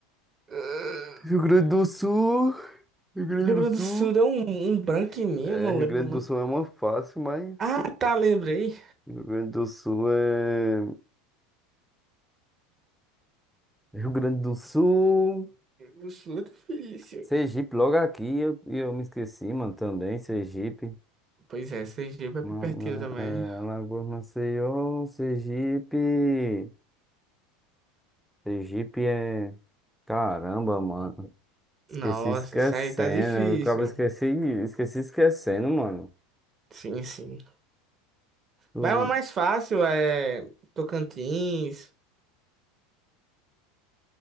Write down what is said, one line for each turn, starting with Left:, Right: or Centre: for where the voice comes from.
Right: Ah,
Centre: Rio Grande do Sul, Rio Grande
Right: O Rio
Centre: do
Right: Grande
Centre: Sul,
Right: do Sul é um, um branco em mim,
Centre: é,
Right: eu não
Centre: Rio
Right: lembro,
Centre: Grande
Right: mano.
Centre: do Sul é uma fácil, mas
Right: Ah, tá, lembrei.
Centre: Rio Grande do Sul é... Rio Grande do Sul,
Right: Rio Grande do Sul é difícil.
Centre: Sergipe, logo aqui, e eu, e eu me esqueci, mano, também, Sergipe,
Right: Pois é, Sergipe é
Centre: Ma-
Right: pertinho
Centre: Ma-
Right: também.
Centre: é, Alagoas, Maceió, Sergipe, Sergipe é... Caramba, mano. Esqueci
Right: Nossa,
Centre: esquecendo.
Right: isso aí tá difícil.
Centre: Eu acabo esqueci, esqueci esquecendo, mano.
Right: Sim, sim.
Centre: Tu-
Right: Vai uma mais fácil, é Tocantins.